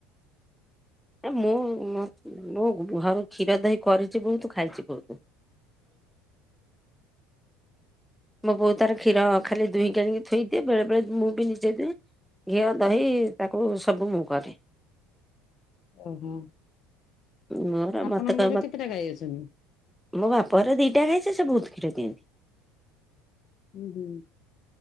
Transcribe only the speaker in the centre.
ଏ ମୁଁ ମୁ ମୁଁ ଘରୁ କ୍ଷୀର ଦହି କରିଛି ବହୁତ ଖାଇଛି ବହୁତ।
ମୋ ବୋଉ ତାର କ୍ଷୀର ଖାଲି ଦୁହିଁ ଆଣିକି ଥୋଇଦିଏ ବେଳେ ବେଳେ ମୁଁ ବି ନିଜେ ଦୁଏ। ଘିଅ ଦହି ତାକୁ ସବୁ ମୁଁ କରେ।
ମୋର
ମତେ କ
ମତେ
ମୋ ବାପାର ଦିଟା ଖାଇ ସେ ବହୁତ କ୍ଷୀର ଦିଅନ୍ତି।